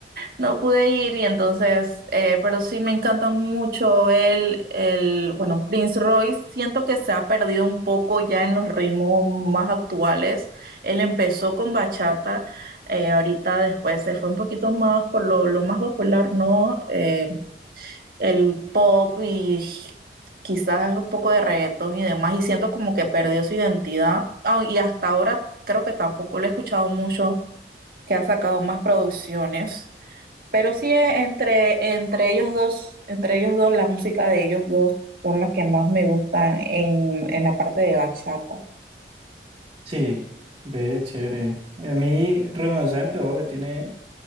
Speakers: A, on the right; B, on the right.
A: No pude ir y entonces, eh, pero sí me encanta mucho el, el, bueno, Prince Royce. Siento que se ha perdido un poco ya en los ritmos más actuales. Él empezó con bachata, eh, ahorita después se fue un poquito más por lo, lo más popular, ¿no? Eh, el pop y quizás un poco de reggaetón y demás. Y siento como que perdió su identidad. Ah, y hasta ahora creo que tampoco lo he escuchado mucho, que ha sacado más producciones. Pero sí eh, entre, entre ellos dos, entre ellos dos, la música de ellos dos son las que más me gustan en, en la parte de bachata.
B: sí, ve chévere. A mí Romeo Santos obvio, tiene